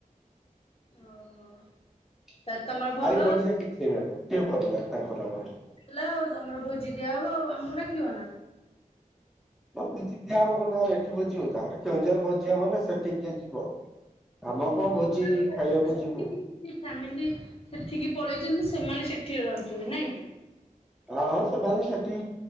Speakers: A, on the left; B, in the centre.
A: ଓହୋ।
B: ସାଇ
A: ତାହେଲେ ତମର ଭଲ
B: ପଡ଼ିଶା କିଛି ନାହିଁ ଗୋଟିଏ ପରିବାର ତାଙ୍କର ଆମର।
A: ହେଲା ଆଉ ତମର ଭୋଜି ଦିଆହବ ଆଉ ଆମକୁ ଡାକିବ ନା?
B: <inaudible> ଏଠି ଭୋଜିି ଦିଆ ହବ ତାଙ୍କର କେଉଁଝରରେ ଭୋଜି ହବ ନା ସେଠିିକି କିଏ ଯିବ? ଆମ
A: ଓହୋ
B: କଣ ଭୋଜି ଖାଇବାକୁ
A: <inaudible>
B: ଯିବୁ।
A: ଫାମିଲି ସେଠିକି ପଳେଇଛନ୍ତି ସେ ସେମାନେ ସେଠି ରହୁଛନ୍ତି ନାଇଁ କି?
B: ହଁ-ହଁ ସେମାନେ ସେଠି